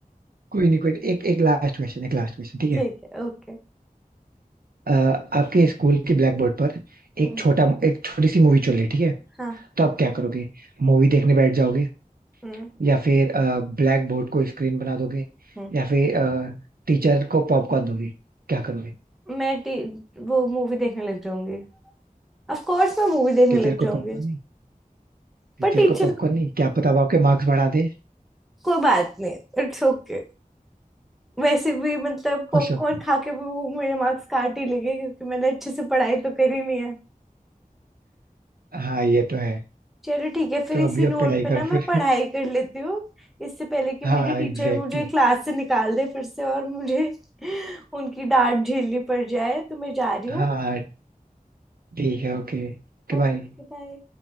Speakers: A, on the right; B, in the centre.
A: कोई नहीं कोई नहीं एक एक लास्ट क्वेश्चन एक लास्ट क्वेश्चन ठीक
B: ठीक
A: है
B: है ओके
A: अ, आपके स्कूल के ब्लैक बोर्ड पर एक
B: हम्म
A: छोटा एक छोटी सी मूवी चल रही है ठीक है
B: हाँ
A: तो आप क्या करोगे मूवी देखने बैठ जाओगे
B: हम्म
A: या फिर ब्लैक बोर्ड को स्क्रीन बना दोगे
B: हम्म
A: या फिर टीचर को पॉपकॉर्न दोगे क्या करोगे
B: मैं टी वो मूवी देखने लग जाऊंगी ऑफ कोर्स मैं मूवी देखने
A: टीचर
B: लग
A: को
B: जाऊंगी
A: पॉपकॉर्न नहीं टीचर
B: पर टीचर
A: को पॉपकॉर्न
B: को
A: नहीं क्या पता वो आपके मार्क्स बढ़ा दे
B: कोई बात नहीं It's okay वैसे भी मतलब पॉपकॉर्न
A: खुश हो
B: खा के भी वो मेरे मार्क्स काट ही लेंगे क्योंकि मैंने अच्छे से पढ़ाई तो करी नहीं है
A: हाँ ये तो है
B: चलो ठीक है फिर
A: तो
B: इसी
A: अभी आप
B: नोट
A: पढ़ाई
B: पे
A: करो
B: ना मैं
A: फिर
B: पढ़ाई कर लेती हूँ इससे पहले कि
A: <laughs>
B: मेरी
A: हाँ
B: टीचर
A: एग्जैक्टली
B: मुझे क्लास से निकाल दे फिर से और मुझे <laughs> उनकी डांट झेलनी पड़ जाए तो मैं जा रही
A: हाँ
B: हूँ
A: हाँ, ठीक है ओके ओके
B: Okay
A: बाय
B: bye